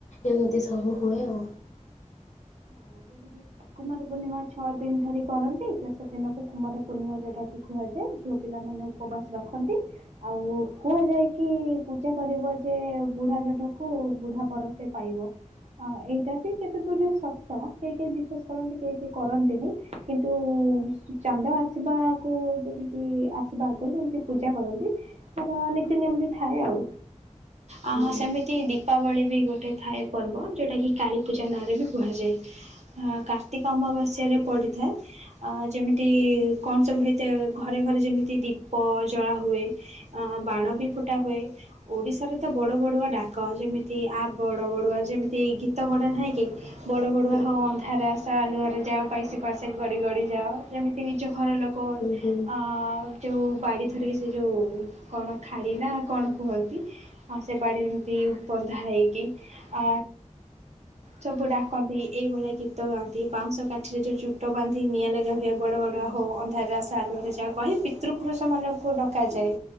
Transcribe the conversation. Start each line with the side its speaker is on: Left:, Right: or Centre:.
Left: ଏମିତି ସବୁ ସବୁ ହୁଏ ଆଉ।
Right: ହଁ ଯେମିତି କୁମାର ପୂର୍ଣ୍ଣିମା ଛଅ ଦିନ ଧରି କରନ୍ତି, ଶେଷ ଦିନକୁ କୁମାର ପୂର୍ଣ୍ଣିମା ଯୋଉଟା କି କୁହାଯାଏ। ଝିଅ ପିଲାମାନେ ଉପବାସ ରଖନ୍ତି ଆଉ କୁହାଯାଏ କି, ପୂଜା କରିବ ଯେ ବୁଢା ଜହ୍ନକୁ ବୁଢା ବର ସେ ପାଇବ ଏଇଟା ବି କେତେ ଦୁରରେ ସତ କେହି କେହି ବିଶ୍ୱାସ କରନ୍ତି କେହି କେହି କରନ୍ତିନି କିନ୍ତୁ ଚାନ୍ଦ ଆସିବାକୁ ଯଦି କି ଆ ବାକୁ ଯେମିତି ପୂଜା କରନ୍ତି ତାର ନୀତି ନିୟମତି ଥାଏ ଆଉ। ଆ
Left: ହୁଁ
Right: ହା ସେମିତି ଦୀପାବଳି ବି ଗୋଟେ ଥାଏ ପର୍ବ ଯୋଉଟାକି କାଳୀପୂଜା ନାଁରେ ବି କୁହାଯାଏ। ହଁ କ କାର୍ତ୍ତିକ ଅମାବାସ୍ୟାରେ ପଡ଼ିଥାଏ ।ଯେମିତି କଣ ସବୁ ହୋଇଥାଏ, ଘରେ ଘରେ ଯେମିତି ଦୀ ଦୀପ ଜଳା ହୁଏ, ବାଣ ବି ଫୁଟା ହୁଏ, ଓଡ଼ିଶାରେ ତ ବଡ଼ ବଡ଼ୁଆ ଡାକ ଯେମିତି ଆ ବଡ଼ ବଡୁଆ ଯେମିତି ଗୀତ ଗୋଟେ ନାହିଁ କି ବଡ଼ ବଡୁଆ
Left: ହୁଁ
Right: ହୋ ଅନ୍ଧାରରେ ଆ ସ ଆଲୁଅରେ ଯାଅ ବାଇଶ ପାହାଚେ ଗଡ଼ି ଗଡ଼ି ଯାଅ। ଯେମିତି ନିଜ ଘର ଲୋକ,
Left: ହୁଁ।
Right: ଆଁ ଯୋଉ ବାଡ଼ି ଧରିକି ସେ ଯୋଉ କଣ ଖାଡି ନା କଣ କୁହନ୍ତି? ଆଉ ସେ ବାଡ଼ିରେ ଯେମିତି ବନ୍ଧା ହେଇକି ଆ ସବୁ ଡାକନ୍ତି, ଏଇଭଳିଆ ଗୀତ ଗ ବାଉଁଷ କାଠି ରେ ଯୋଉ ଚୋଟ ବାନ୍ଧି ନିଆଁ ଲଗା ହୁଏ, ବଡ ବଡ ହଉ ଅନ୍ଧାରରେ ଆଲୁରେ ଯାହା କହି ପିତୃ ପୂର୍ବ ପୁରୁଷମାନାନଙ୍କୁ ଡକାଯାଏ,